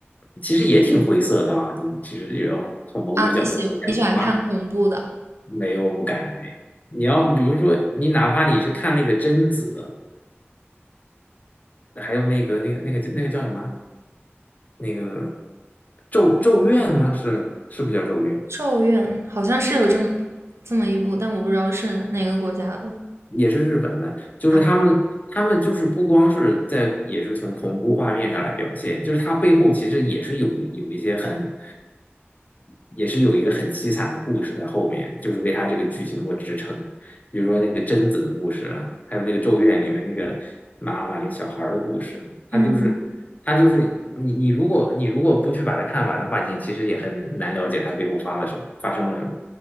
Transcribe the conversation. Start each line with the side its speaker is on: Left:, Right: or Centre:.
Left: 其实也挺灰色的啊。你其实也要从某种角度来讲的话，
Right: 啊，你喜你喜欢看恐怖的？
Left: 没有不敢那个。你要比如说，你哪怕你是看那个贞子，还有那个那个那个那个叫什么？那个咒咒怨吗？是是不叫咒怨？
Right: 《咒怨》好像是有这么这么一部，但我不知道是哪个国家的。
Left: 也是日本的，就是他们，
Right: 啊，
Left: 他们就是不光是在，也是从恐怖画面上来表现，就是它背后其实也是有有一些很，也是有一个很凄惨的故事在后面，就是为它这个剧情做支撑。比如说那个贞子的故事啊，还有那个《咒怨》里面那个妈妈那个小孩儿的故事，它就是它就是你你如果你如果不去把它看完的话，
Right: 嗯，
Left: 你其实也很难了解它背后发了什么，发生了什么。